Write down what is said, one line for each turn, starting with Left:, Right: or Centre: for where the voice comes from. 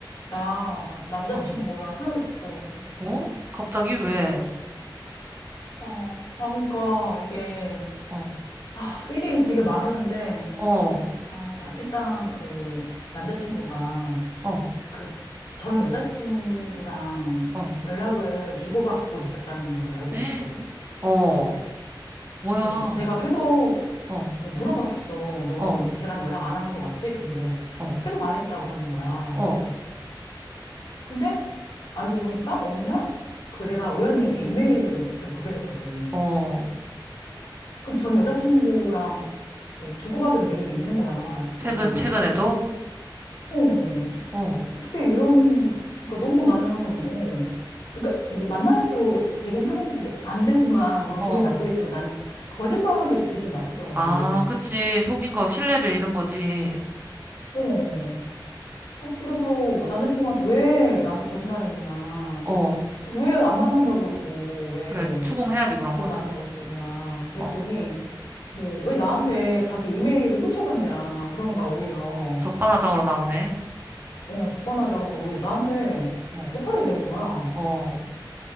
Left: 나 남자친구랑
Right: 어,
Left: 헤어졌어.
Right: 어? 갑자기 왜?
Left: 아, 아, 그러니까 이게,
Right: 어,
Left: 아, 일이 되게 많았는데,
Right: 어,
Left: 아, 그러니까 일단 그 남자친구가
Right: 어,
Left: 그 전 여자친구랑
Right: 어,
Left: 연락을 주고받고 있었다는 거를 알고
Right: 에?
Left: 있었거든?
Right: 어, 뭐야?
Left: 어, 근데 내가 계속
Right: 어,
Left: 어, 물어봤었어. 너
Right: 어,
Left: 이제 걔랑 연락 안 하는 거 맞지? 근데
Right: 어,
Left: 계속 안 했다고 하는 거야.
Right: 어,
Left: 근데 알고 보니까 어느 날 그 내가 우연히 걔 이메일을 보게 됐거든.
Right: 어.
Left: 근데 전 여자친구랑 뭐 주고받은 메일이 있는 거야, 아직도.
Right: 최근, 최근에도?
Left: 어,
Right: 어,
Left: 어떻게 이런, 그러니까 너무 나는, 어, 그러니까 뭐 만나도 되긴 하는데, 안 되지만, 물론
Right: 어.
Left: 기분이 나쁘겠지만 나는 거짓말 한 게 더 기분이 나쁘더라고.
Right: 아, 그치. 속인 거, 신뢰를 잃은 거지.
Left: 어, 어, 그래서 남자친구한테 왜 나한테 거짓말 했냐.
Right: 어,
Left: 왜 안 만난다고 그러고, 왜
Right: 그래. 추궁해야지, 그런
Left: 계속
Right: 거는.
Left: 만나고 있었냐. 그랬더니,
Right: 어,
Left: 뭐, 왜 나한테 자기 이메일을 훔쳐갔냐. 그러는 거야, 오히려.
Right: 적반하장으로 나오네.
Left: 어, 적반하장으로 오히려 나한테
Right: 어,
Left: 뭐 화를 내는 거야.
Right: 어.